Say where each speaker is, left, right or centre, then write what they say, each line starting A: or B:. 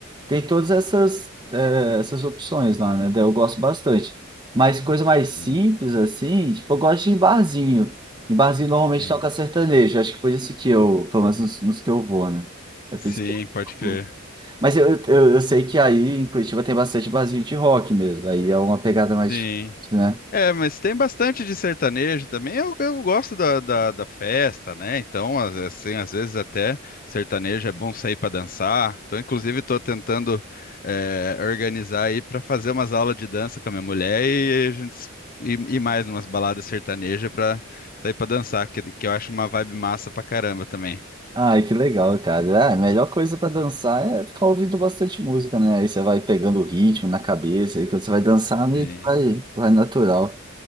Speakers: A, on the right; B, on the left.
A: tem todas essas, eh, essas opções lá, né? Daí Eu gosto bastante. Mas coisa mais simples,
B: sim,
A: assim, tipo, eu gosto de ir em barzinho. Em barzinho normalmente
B: sim,
A: toca sertanejo. Acho que por isso que eu, pelo menos nos, nos que eu vou, né? É por
B: sim,
A: isso que eu.
B: pode crer.
A: vou. Mas eu, eu, eu sei que aí em Curitiba tem bastante barzinho de rock mesmo. Aí é uma pegada mais
B: Sim.
A: difícil, né?
B: É, mas tem bastante de sertanejo também. Eu, eu gosto da, da, da festa, né? Então, às- assim, às vezes até sertanejo é bom sair para dançar. Então, inclusive, estou tentando é, organizar aí para fazer umas aulas de dança com a minha mulher e a gente s- ir, ir mais numas baladas sertanejas para sair para dançar, que, que eu acho uma vibe massa pra caramba também.
A: Ai, que legal, cara. Ah, a melhor coisa pra dançar é ficar ouvindo bastante música, né? Aí você vai pegando o ritmo na cabeça, aí quando você vai dançar, meio
B: Sim.
A: que vai, vai natural.